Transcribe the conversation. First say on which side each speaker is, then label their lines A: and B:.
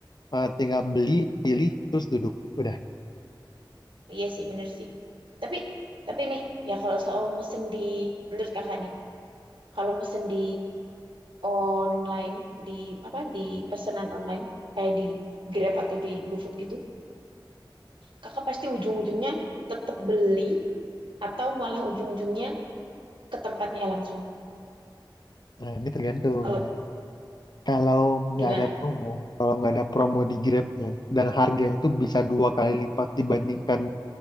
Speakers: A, on the left; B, on the right.
A: eh, tinggal beli pilih terus duduk udah
B: Iya sih, bener sih. Tapi, tapi nih, ya kalau soal mesen di, menurut kakak nih, kalau mesen di online, di apa, di pesanan online, kayak di Grab atau di GoFood gitu, kakak pasti ujung-ujungnya tetap beli atau malah ujung-ujungnya ke tempatnya langsung.
A: nah ini tergantung
B: Kalau
A: kalau nggak
B: gimana
A: ada promo kalau nggak ada promo di Grabnya dan harganya itu bisa dua kali lipat dibandingkan